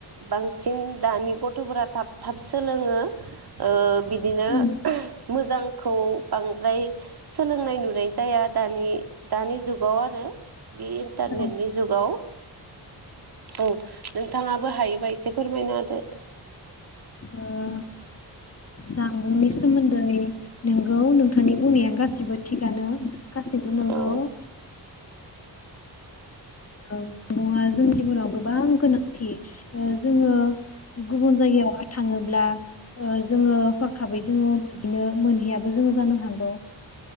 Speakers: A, on the right; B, on the left.
A: बांसिन दानि गथ'फोरा थाब- थाब सोलोङो। ओ बिदिनो
B: उम
A: मोजांखौ बांद्राय सोलोंनाय नुनाय जाया। दानि- दानि जुगाव आरो। बे इन्टारनेटनि
B: औ
A: जुगाव औ नोंथाङाबो हायोबा <unintelligible> एसे फोरमायना होदो?
B: ओ जामबुंनि सोमोन्दै नोंगौ नोंथांनि बुंनाया गासिबो थिगानो। गासिबो नंगौ।
A: औ
B: <unintelligible> जों जिउआव गोबां गोनांथि ओ जोङो गुबुन जायगायाव थाङोब्ला जोङो हर'खाबै जोङो <unintelligible> मोनहैयाबो जोङो जानो हागौ